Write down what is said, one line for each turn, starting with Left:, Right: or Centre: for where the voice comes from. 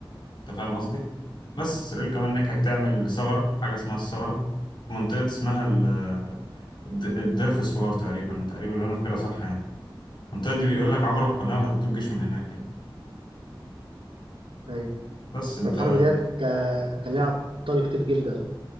Left: انت فاهم قصدي بس اسرائيل كمان نجحت تعمل ثغره حاجه اسمها الثغره في منطقه اسمها ال... الد... الدير في سوار تقريبا تقريبا لو انا فاكرها صح يعني المنطقه دي بيقول
Right: مم.
Left: لك عبروا القناه وهددوا الجيش من هناك يعني
Right: ايوه
Left: بس انت
Right: الحرب ديت ك... كان ليها ابطال كتير جدا